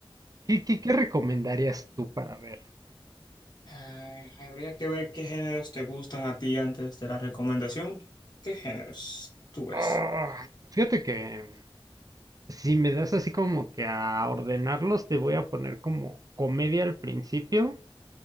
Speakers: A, on the right; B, on the left.
A: ¿Qué, qué, qué recomendarías tú para ver?
B: Eh, habría que ver qué géneros te gustan a ti antes de la recomendación. ¿Qué géneros tú ves?
A: Ah, fíjate que si me das así como que a ordenarlos, te voy a poner como comedia al principio.